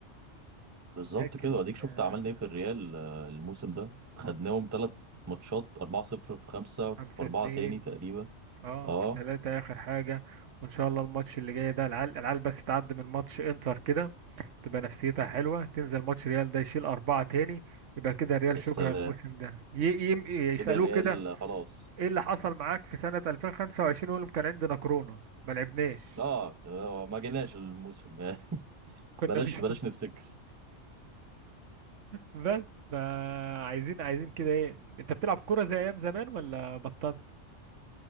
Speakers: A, on the right; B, on the right.
A: بالظبط
B: لكن
A: كده واديك شفت
B: آه،
A: عملنا ايه في الريال آه، الموسم ده خدناهم ثلاث ماتشات 4-0 في خمسة في
B: خمسة
A: أربعة
B: اتنين
A: تاني تقريبا
B: اه
A: اه
B: في تلاتة آخر حاجة وإن شاء الله الماتش اللي جاي ده العيال العيال بس تعدي من ماتش إنتر كده تبقى نفسيتها حلوة تنزل ماتش ريال ده يشيل أربعة تاني يبقى كده ريال
A: يا
B: شكرا
A: سلام
B: الموسم ده ي- يم- يسألوه
A: كده الريال
B: كده
A: آه، خلاص
B: إيه اللي حصل معاك في سنة 2025 يقول لهم كان عندنا كورونا ما لعبناش
A: اه آه، ما جيناش الموسم <laughs>
B: كنا
A: بلاش
B: مش <laughs>
A: بلاش نفتكر
B: بس فعايزين عايزين كده ايه انت بتلعب كورة زي ايام زمان ولا بطلت